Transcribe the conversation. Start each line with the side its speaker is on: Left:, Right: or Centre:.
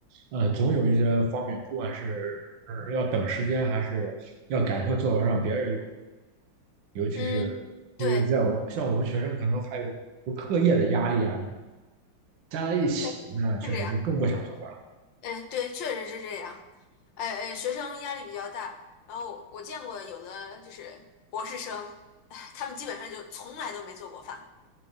Right: 呃总有一些方便，不管是呃要等时间，还是要赶快做完让别人用，尤其是因为在我像我们学生，
Left: 嗯，对。
Right: 可能还有课业的压力啊，加在一起，
Left: 对，
Right: 那确实就更不想做饭了。
Left: 是这样，嗯，对，确实是这样。哎哎，学生压力比较大，然后我见过有的就是博士生，哎，他们基本上就从来都没做过饭，